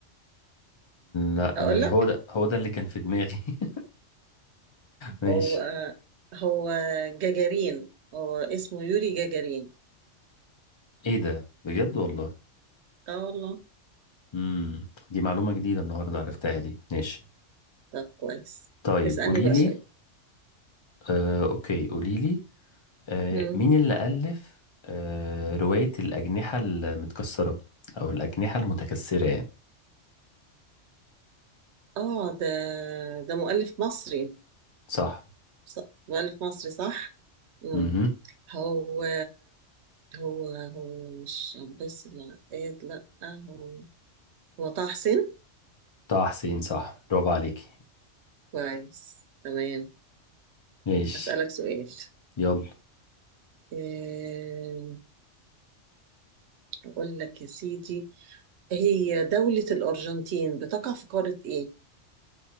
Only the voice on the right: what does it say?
هقول
لك
هو هو جاجارين هو اسمه يوري جاجارين
اه والله
طب كويس
اسألني
بقى
سؤال
مم.
اه ده ده مؤلف مصري
ص- مؤلف مصري صح مم.
هو هو هو مش بس العقاد لا هو هو طه حسين
كويس تمام
هسألك سؤال
آم، أقول لك يا سيدي هي دولة الأرجنتين بتقع في قارة إيه؟